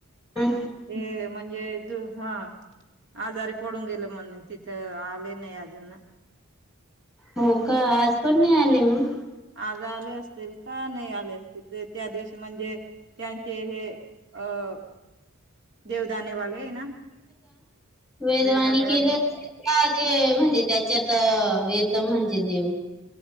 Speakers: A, in the centre; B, on the right.
A: हम्म
B: ते म्हणजे द हा आजारी पडून गेलं म्हणून तिथं आले नाही अजून ना
A: हो का आज पण नाही आले मग
B: आज आले असतील का नाही आले असतील ते त्या दिवशी म्हणजे त्यांचे हे अं देवदाने वाले है ना?
A: वेधवाणी
B: देवदाणेवाले
A: केली का ते म्हणजे त्याच्यात <unintelligible> <unintelligible> म्हणजे देव.